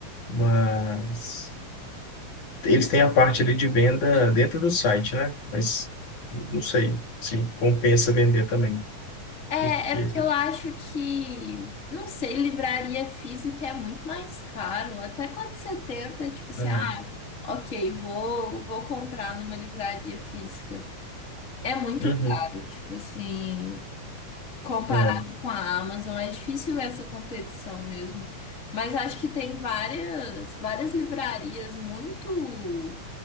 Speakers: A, on the left (about 70°); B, on the left (about 25°).
A: Mas. eles têm a parte ali de venda dentro do site, né? Mas não sei se compensa vender também,
B: É,
A: porque.
B: é porque eu acho que, não sei, livraria física é muito mais caro. Até quando você tenta, tipo assim,
A: É,
B: ah, ok, vou, vou comprar numa livraria física. É muito
A: uhum,
B: caro, tipo assim, comparado
A: é,
B: com a Amazon, é difícil essa competição mesmo. Mas acho que tem várias, várias livrarias muito,